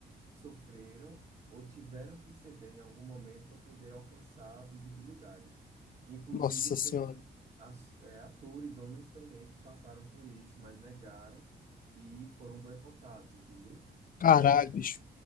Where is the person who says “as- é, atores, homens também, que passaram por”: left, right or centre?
Right